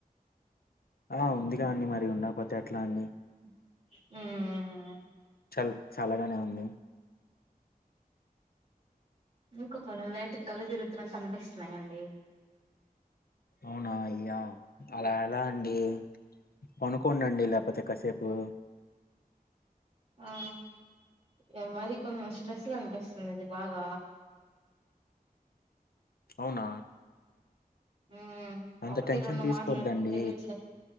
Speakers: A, on the left (about 75°); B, on the right (about 40°).
A: ఆ ఉందిగా అండి మరి ఉండపోతే ఎట్లా అండి
B: మ్
A: చల్ చల్లగానే ఉంది
B: <unintelligible> లైట్ కళ్ళు తిరుగుతున్నట్టు అనిపిస్తున్నాయండి
A: అవునా అయ్యా అలా ఎలా అండి పనుకోండండి లెపోతే కాసేపు
B: ఆ ఏ మరి కొంచెం స్ట్రెస్ గా అనిపిస్ <unintelligible> బాగా
A: అవునా
B: ఉమ్మ
A: అంత
B: ఒకటి
A: టెన్షన్
B: రెండు
A: తీసుకోద్దండి
B: మాట్లాడితే తెలియట్లే